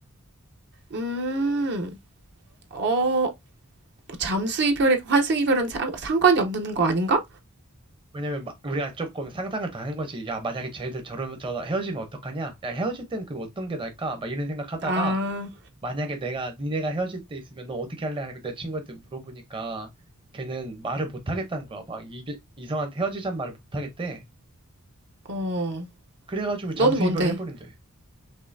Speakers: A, on the right (about 50°); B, on the right (about 25°).
A: 음, 어, 뭐 잠수 이별이 환승 이별은 상, 상관이 없는 거 아닌가?
B: 왜냐면 마- 우리가 조금 상상을 다 한 거지. 야, 만약에 쟤들 저러면 저 헤어지면 어떡하냐? 야, 헤어질 때는 그 어떤 게 나을까? 막 이런 생각하다가
A: 아,
B: 만약에 내가 니네가 헤어질 때 있으면 너 어떻게 할래? 하고 내 친구한테 물어보니까 걔는 말을 못 하겠다는 거야. 막 이, 이성한테 헤어지자는 말을 못 하겠대.
A: 어,
B: 그래가지고 잠수
A: 너는 뭔데?
B: 이별을 해버린대.